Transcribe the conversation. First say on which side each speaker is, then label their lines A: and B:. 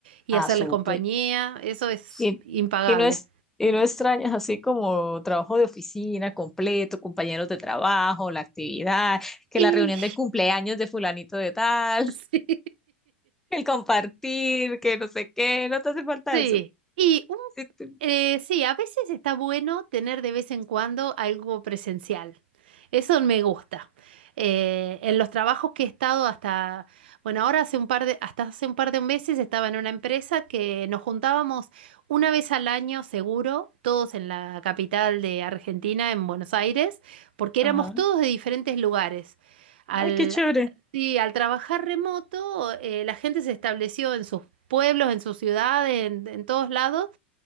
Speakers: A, on the right; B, in the centre.
A: y
B: Ah,
A: hacerles
B: súper.
A: compañía, eso es
B: Y,
A: impagable.
B: y no es, y no extrañas así como trabajo de oficina completo, compañeros de trabajo, la actividad, que
A: Y
B: la reunión del cumpleaños de fulanito de tal.
A: <laughs> sí,
B: el compartir, que no sé qué, no te hace falta
A: sí.
B: eso.
A: Y
B: Sí, tú-
A: Eh, sí, a veces está bueno tener de vez en cuando algo presencial. Eso me gusta. Eh, en los trabajos que he estado hasta, bueno, ahora hace un par de, hasta hace un par de meses estaba en una empresa que nos juntábamos una vez al año seguro, todos en la capital de Argentina, en Buenos Aires, porque éramos
B: Ajá.
A: todos de diferentes lugares. Al,
B: Ay, qué chévere.
A: sí, al trabajar remoto, eh, la gente se estableció en sus pueblos, en sus ciudades, en en todos lados